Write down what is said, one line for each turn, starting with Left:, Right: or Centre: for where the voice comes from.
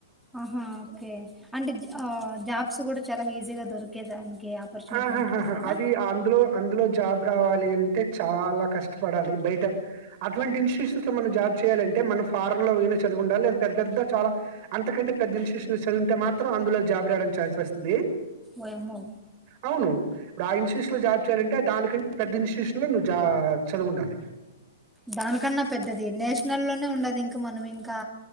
Centre: ఆహా ఓకే అంటే జాబ్స్ కూడా చాలా ఈజీగా దొరికేదానికి ఆపర్చునిటీ
Right: ఆహాహహా
Centre: ఉంటుంది కదా
Right: అది అందులో అందులో జాబ్ రావాలి అంటే చాలా కష్టపడాలి బయట అటువంటి ఇన్స్టిట్యూషన్స్ లో మనం జాబ్ చేయాలంటే మనం ఫారన్ లో చదువు ఉండాలి లే పెద్ద పెద్ద చాలా అంతకంటే పెద్ద ఇన్స్టుషన్లో చదివుంటే మాత్రం అందులో జాబు రాేయనికి ఛాన్స్ వస్తుంది
Centre: ఓయమ్మో
Right: అవును ఇప్పుడు ఆ ఇన్స్టిట్యూషన్ లో జాబ్ చేయాలంటే దానికంటే పెద్ద ఇన్స్టిట్యూషన్ లో నువ్వు చదివి ఉండాలి
Centre: దానికన్నా పెద్దది నేషన లోనే ఉండదు ఇంకా మనం ఇంకా